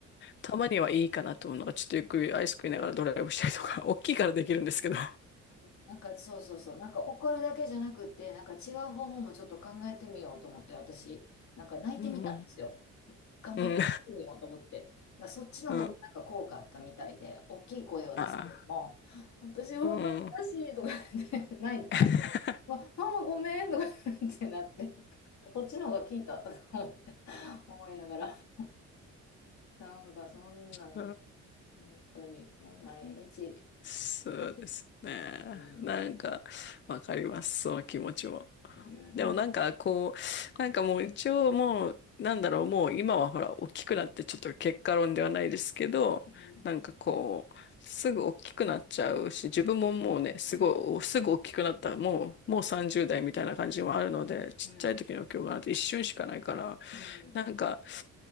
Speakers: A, on the left (about 40°); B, on the left (about 65°).
A: たまにはいいかなと思うのが、ちょっとゆっくりアイス食いながらドライブしたりとか、
B: うん
A: <laughs> 大きいからできるんですけど。
B: なんかそうそうそう、なんか怒るだけじゃなくって、なんか違う方法もちょっと考えてみようと思って、私、なんか泣いてみたんですよ。
A: うんうん。
B: い頑張って泣いてみようと思って。
A: うん。
B: だからそっちの方がなんか効果あったみたいで、
A: <laughs> うん。
B: 大きい声を出すよりも、
A: あ
B: 私は
A: あ。うん。
B: 悲しいとか言って泣いたら、
A: <laughs>
B: ま、ママごめんとか言ってなって、こっちの方が効いたとか思って思いながら、なんかそんなん
A: うん
B: 本当に、もう毎日、
A: そうですね。
B: うん、
A: なんか、わかります。その気持ちも。
B: うん、
A: でもなんか、こう、なんかもう一応もう、なんだろう、もう今はほら、大きくなってちょっと結果論ではないですけど、
B: うん、
A: なんかこう、すぐ大きくなっちゃうし、自分ももうね、すごい、すぐ大きくなった、もう、もう30代みたいな感じもあるので、ちっちゃい時の記憶なんて一瞬しかないから、
B: うん、うん、
A: なんか、